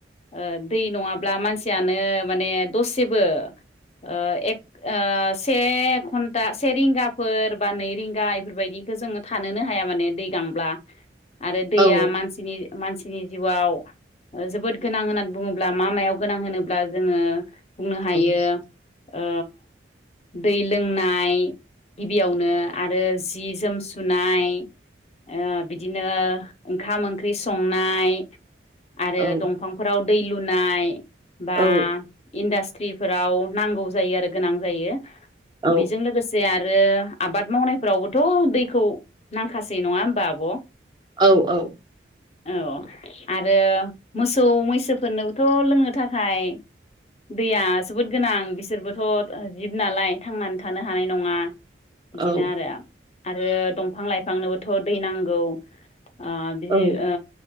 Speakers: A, on the left; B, on the right.
A: ओ दै नङाब्ला मानसियानो माने दसेबो ओ एक ओ से घन्टा से रिंगाफोर बा नै रिंगा इफोरबायदि, गो जोङो थानोनो हाया माने दै गांब्ला आरो दैया
B: औ
A: मानसिनि मानसिनि जिउआव ओ जोबोद गोनां होननानै बुङोब्ला मा मायाव गोनां होनोब्ला जोङो बुंनो हायो।
B: औ
A: ओ दै लोंनाय गिबियावनो आरो जि जोम सुनाय ओ बिदिनो, ओंखाम ओंख्रि संनाय आरो
B: औ
A: दंफांफोराव दै लुनाय, बा
B: औ
A: इन्डास्ट्रिफोराव नांगौ जायो आरो गोनां जायो।
B: औ
A: बेजों लोगोसे आर रो आबाद मावनायफोरावबोथ' दैखौ नांखासै नङा होमबा आब'?
B: औ औ
A: औ आरो मोसौ मैसोफोरनोबोथ' लोंनो थाखाय, दैया जोबोद गोनां बिसोरबोथ' जिब नालाय थांनानै थानो हानाय नङा। बिदिनो
B: औ
A: आरो आरो दंफां लाइफांनोबोथ' दै नांगौ। ओ बिदि
B: औ
A: ओ